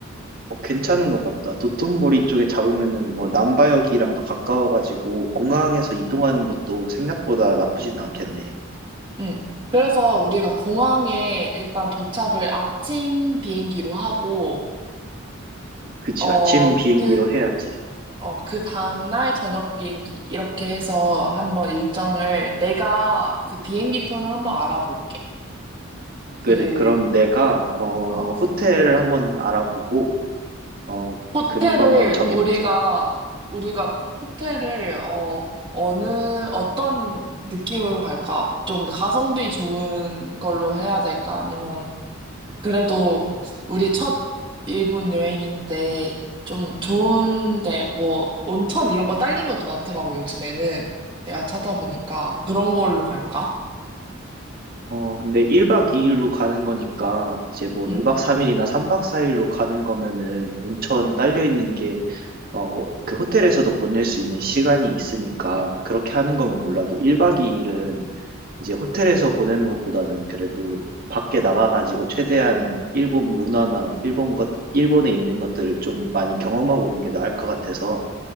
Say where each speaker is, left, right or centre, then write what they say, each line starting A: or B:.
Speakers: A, on the right; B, on the right.
A: 어, 괜찮은 것 같다. 도톤보리 쪽에 잡으면은 뭐 남바역이랑도 가까워가지고 공항에서 이동하는 것도 생각보다 나쁘진 않겠네.
B: 응. 그래서 우리가 공항에 일단 도착을 아침 비행기로 하고,
A: 그지?
B: 어,
A: 아침 비행기로
B: 그,
A: 해야지.
B: 어, 그 다음날 저녁 비행기, 이렇게 해서 한번 일정을, 내가 그 비행기 표는 한번 알아볼게. 그,
A: 그래. 그럼 내가 어
B: 어,
A: 호텔을 한번 알아보고 어
B: 호텔을,
A: 그리고 한번 정해보자.
B: 우리가, 우리가 호텔을, 어, 어느, 어떤 느낌으로 갈까? 좀 가성비 좋은 걸로 해야 될까? 아니면, 그래도 우리 첫 일본 여행인데 좀 좋은데 뭐 온천 이런 거 딸린 것도 많더라고 요즘에는 내가 찾아보니까 그런 걸로 갈까?
A: 어 근데 1박 2일로 가는 거니까 이제 뭐
B: 응,
A: 2박 3일이나 3박 4일로 가는 거면은 온천 딸려 있는 게 어, 그 호텔에서도 보낼 수 있는 시간이 있으니까 그렇게 하는 거면 몰라도 1박 2일은 이제 호텔에서 보내는 것보다는 그래도 밖에 나가가지고 최대한 일본 문화나 일본 것, 일본에 있는 것들을 좀 많이 경험하고 오는 게 나을 것 같아서